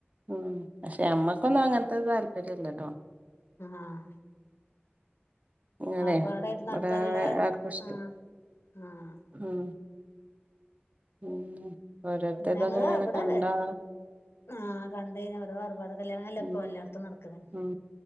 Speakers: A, on the right; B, on the left.
A: ഉം പക്ഷെ അമ്മക്കൊന്നും അങ്ങനത്തെ താല്പര്യല്ലട്ടോ
B: ആഹ്
A: ഇങ്ങനെ
B: ആർബാടായിട്ട് നടത്താനുള്ളെ
A: ഇവിടെ ആർക്കും ഇഷ്ടം
B: ആഹ് ആഹ്
A: ഉം ഉം ഓരോത്തരുടെ
B: ഇവിടെ ഞങ്ങള്
A: അങ്ങനെ
B: ഇവിടെ
A: കണ്ടാ
B: അതെ ആഹ് കണ്ടയ്ന്നെ ഓരോ ആർഭാടെ കല്യാണങ്ങളല്ലേ
A: ഉം
B: ഇപ്പൊ എല്ലാടത്തും നടക്കുന്നേ
A: ഉം